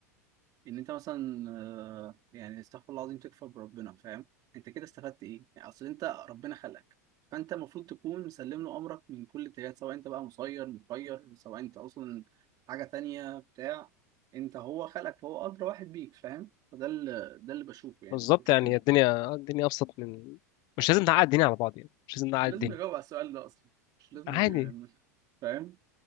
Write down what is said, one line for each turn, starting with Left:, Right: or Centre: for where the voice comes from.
Right: ان انت مثلا آه، يعني استغفر الله العظيم تكفر بربنا فاهم انت كده استفدت ايه يعني اصل انت ربنا خلقك فانت المفروض تكون مسلم له امرك من كل اتجاهات سواء انت بقى مسير مخير سواء انت اصلا حاجه تانية بتاع انت هو خلقك فهو ادرى واحد بيك فاهم فده اللي ده اللي بشوفه يعني
Left: بالظبط
Right: فكره
Left: يعني
Right: ان
Left: الدنيا الدنيا ابسط من مش لازم نعقد الدنيا على بعض يعني مش لازم نعقد
Right: مش لازم
Left: الدنيا
Right: نجاوب على السؤال ده اصلا مش لازم
Left: عادي
Right: نج... ن- فاهم